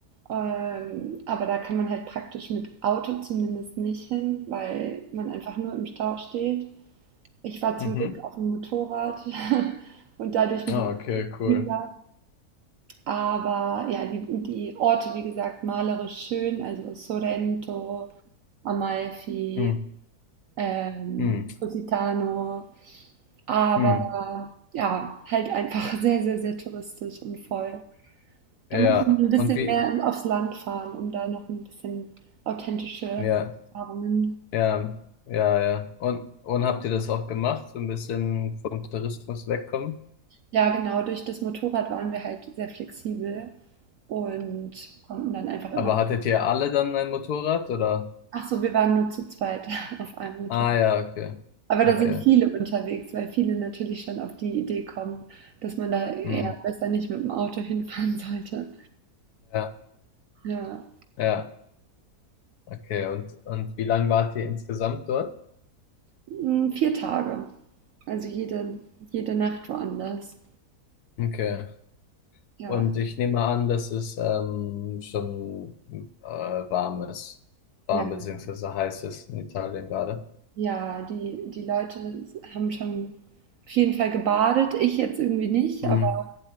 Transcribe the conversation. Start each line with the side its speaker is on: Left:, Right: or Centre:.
Right: Ähm, aber da kann man halt praktisch mit Auto zumindest nicht hin, weil man einfach nur im Stau steht. Ich war
Left: Mhm.
Right: zum Glück auf dem Motorrad <laughs> und dadurch ein
Left: Ah,
Right: bisschen
Left: okay,
Right: flexibler.
Left: cool.
Right: Aber ja, die, die Orte, wie gesagt, malerisch schön, also Sorrento, Amalfi,
Left: Mhm.
Right: ähm,
Left: Mhm.
Right: Positano, aber
Left: Mhm.
Right: ja, halt einfach <laughs> sehr, sehr, sehr touristisch und voll.
Left: Ja,
Right: Da muss man ein bisschen
Left: und wie?
Right: mehr in- aufs Land fahren, um da noch ein bisschen authentische
Left: Ja.
Right: Erfahrungen.
Left: Ja, ja, ja. Und, und habt ihr das auch gemacht, so ein bisschen vom Tourismus wegkommen?
Right: Ja, genau, durch das Motorrad waren wir halt sehr flexibel und konnten dann einfach
Left: Aber
Right: immer.
Left: hattet ihr alle dann ein Motorrad oder?
Right: Ach so, wir waren nur zu zweit <laughs> auf einem Motorrad.
Left: Ah ja, okay.
Right: Aber
Left: Okay.
Right: da sind viele unterwegs, weil viele natürlich schon auf die Idee kommen, dass man da eher
Left: Hm.
Right: besser nicht mit dem Auto hinfahren <laughs> sollte.
Left: Ja,
Right: Ja.
Left: ja, okay. Und, und wie lang wart ihr insgesamt dort?
Right: Hm, 4 Tage. Also jede jede Nacht woanders.
Left: Okay.
Right: Ja,
Left: Und ich nehme an, dass es ähm, schon äh, warm ist. Warm
Right: ja,
Left: beziehungsweise heiß ist in Italien gerade.
Right: ja, die die Leute haben schon auf jeden Fall gebadet, ich jetzt irgendwie nicht,
Left: Hm.
Right: aber,